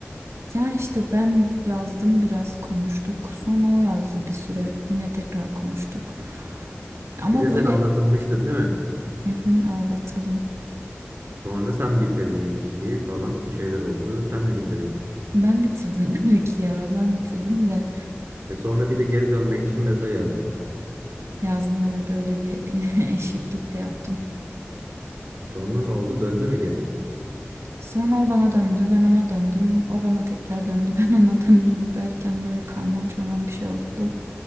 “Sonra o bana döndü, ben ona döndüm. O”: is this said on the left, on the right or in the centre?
Right